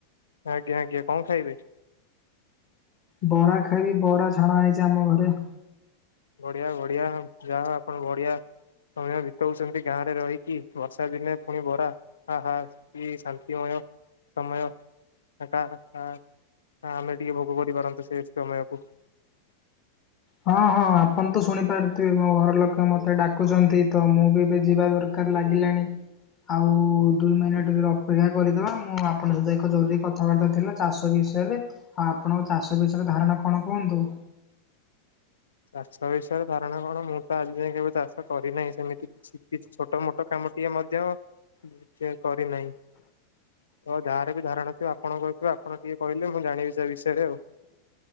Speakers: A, on the left (about 70°); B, on the left (about 35°).
A: ଆଜ୍ଞା ଆଜ୍ଞା କଣ ଖାଇବେ।
B: ବରା ଖାଇବି ବରା ଛଣା ହେଇଛି ଆମ ଘରେ।
A: ବଢିଆ ବଢିଆ ଯାହା ଆପଣ ବଢିଆ। ସମୟ ବିତଉଛନ୍ତି ଗାଁରେ ରହିକି। ବର୍ଷା ଦିନେ ପୁଣି ବରା ହା ହା କି ଶାନ୍ତିମୟ। ସମୟ। <unintelligible> ଆମେ ଟିକେ ଭୋଗ କରିପାରନ୍ତୁ ସେ ସମୟକୁ। <inaudible>
B: ହଁ ହଁ ଆପଣ ତ ଶୁଣିପାରୁଥିବେ ମୋ ଘର ଲୋକ ମତେ ଡାକୁଛନ୍ତି ତ ମୁଁ ବି ଯିବା ଦରକାର। ଲାଗି ଲାଣି। ଆଉ ଦୁଇ ମନିଟ ଅପେକ୍ଷା କରିଦବା ମୁଁ ଆପଣଙ୍କ ସହିତ ଏକ ଜରୁରୀ କଥାବାର୍ତ୍ତା ଥିଲା ଚାଷ ବି ଷଲେ ଆଉ ଆପଣଙ୍କ ଚାଷ ବିଷୟରେ ଧାରଣା କଣ କୁହନ୍ତୁ?
A: <inaudible> ଚାଷ ବିଷୟରେ ଧାରଣା କଣ ମୁଁ ତ ଆଜି ଯାଏ କେବେ ଚାଷ କରିନାହିଁ ସେମିତି କିଛି କିଛି ଛୋଟ ମୋଟ କାମ ଟିଏ ମଧ୍ୟ ଯେ କରିନାହିଁ। ତ ଯାହାର ବି ଧାରଣା ଥିବ ଆପଣଙ୍କର ଥିବ ଆପଣ ଟିକେ କହିଲେ ମୁଁ ଜାଣିବି ସେ ବିଷୟରେ ଆଉ।